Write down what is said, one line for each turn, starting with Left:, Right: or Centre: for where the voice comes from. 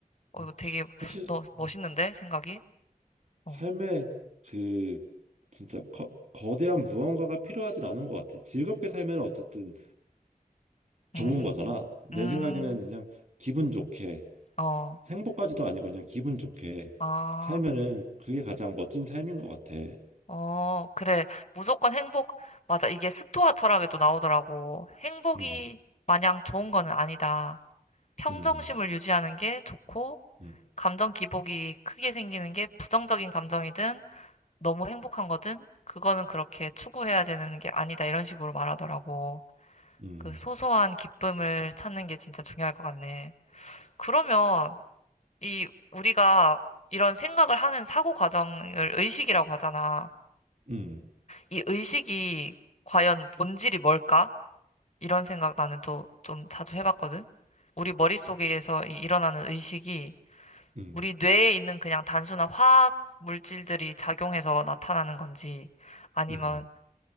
Left: 어,
Right: 음.
Left: 이거 되게
Right: 사실
Left: 너
Right: 음.
Left: 멋있는데 생각이? 어.
Right: 삶에 그 진짜 거, 거대한 무언가가 필요하진 않은 것 같아. 즐겁게 살면 어쨌든 좋은
Left: 음,
Right: 거잖아. 내
Left: 음,
Right: 생각에는 그냥 기분 좋게
Left: 어,
Right: 행복까지도 아니고 그냥 기분 좋게
Left: 아.
Right: 살면은 그게 가장 멋진 삶인 것 같아.
Left: 어, 그래. 무조건 행복, 맞아. 이게 스토아 철학에도 나오더라고. 행복이
Right: 음,
Left: 마냥 좋은 거는 아니다. 평정심을
Right: 음,
Left: 유지하는 게 좋고,
Right: 음,
Left: 감정 기복이 크게 생기는 게 부정적인 감정이든 너무 행복한 거든 그거는 그렇게 추구해야 되는 게 아니다. 이런 식으로 말하더라고.
Right: 음,
Left: 그 소소한 기쁨을 찾는 게 진짜 중요할 것 같네. 그러면 이 우리가 이런 생각을 하는 사고 과정을 의식이라고 하잖아.
Right: 음,
Left: 이 의식이 과연 본질이 뭘까? 이런 생각 나는 또 좀 자주 해봤거든. 우리 머릿속에서 이- 일어나는 의식이
Right: 음,
Left: 우리 뇌에 있는 그냥 단순한 화학 물질들이 작용해서 나타나는 건지 아니면
Right: 음,